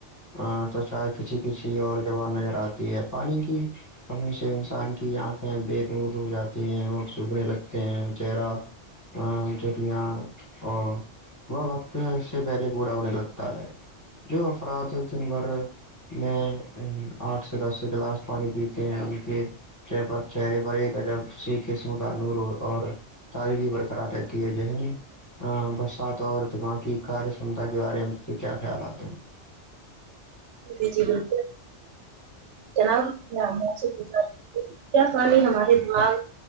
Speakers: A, on the left; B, on the right.
A: ہاں تو چائے کسیی کسیی اور جوان نظر آتی ہے پانی کی کمی سے انسان کی آنکھیں بے دور ہو جاتی ہیں اور سوکھنے لگتے ہیں چہرہ ا ج یہ ا وہ وقت سے پہلے بوڑا ہونے لگتا ہے جو افراد جنھر میں آٹھ سے دس گلاس پانی پی ان کی چ چہرے پر ایک کا جب س قسم کا نور اور تازگی برقرار رہتی ہے ذہنی ہاں برسات اور دماغی کار سمتا کے بارے میں سے کیا خیال آتے ہیں
B: جے جی بون جناب میں سے پوچھا ہ کیا پانی ہمارے دماغ